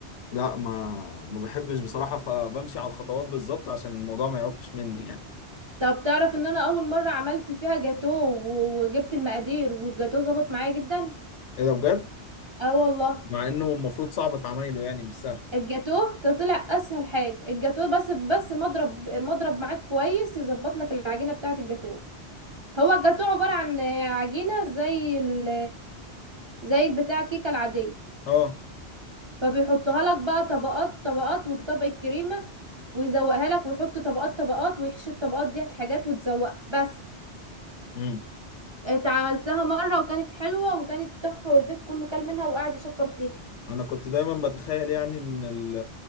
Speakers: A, on the left; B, on the right.
A: لا ما ما بحبش بصراحه فبمشي على الخطوات بالظبط عشان الموضوع ما يعكش مني يعني
B: طب تعرف ان انا اول مره عملت فيها جاتو و- وجبت المقادير والجاتو ظبط معايا جدا
A: ايه ده بجد
B: اه والله
A: مع انه المفروض صعب في عمايله يعني مش سهل
B: الجاتوه ده طلع اسهل حاجه الجاتوه بس بس مضرب مضرب معاك كويس يظبط لك العجينه بتاعه الجاتوه هو الجاتوه عباره عن عجينه زي ال زي البتاع الكيكه العاديه
A: اه
B: فبيحطها لك بقى طبقات طبقات وطبق الكريمه ويزوقها لك ويحط طبقات طبقات ويحشي الطبقات دي حاجات وتزوقها بس
A: امم
B: اتعملتها مره وكانت حلوه وكانت تحفه والبيت كله كل منها وقعد يشكر فيها
A: انا كنت دايما بتخيل يعني ان ال-